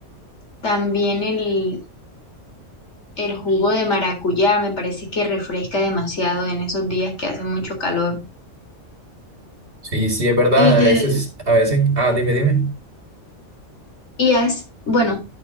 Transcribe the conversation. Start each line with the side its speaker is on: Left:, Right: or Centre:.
Left: También el, el jugo de maracuyá me parece que refresca demasiado en esos días que hace mucho calor.
Right: Sí, sí, es verdad.
Left: Y,
Right: A veces, a veces, ah, dime, dime.
Left: y has- bueno,